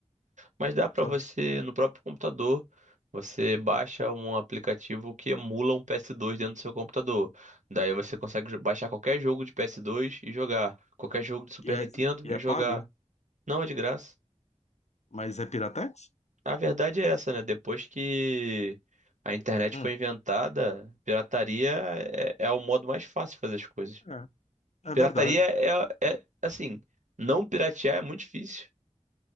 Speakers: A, on the right (about 80°); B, on the left (about 65°).
A: Mas dá pra
B: sabe?
A: você, no próprio computador, você baixa um aplicativo que emula um PS2 dentro do seu computador. Daí você consegue jo- baixar qualquer jogo de PS2 e jogar. Qualquer jogo de Super
B: E é,
A: Nintendo
B: e é
A: e jogar.
B: pago,
A: Não é de graça.
B: mas é Piratex?
A: A verdade é essa, né? Depois que a internet
B: Hum,
A: foi inventada, pirataria é, é o modo mais fácil de fazer as coisas.
B: é, é
A: Pirataria
B: verdade.
A: é, é, assim, não piratear é muito difícil.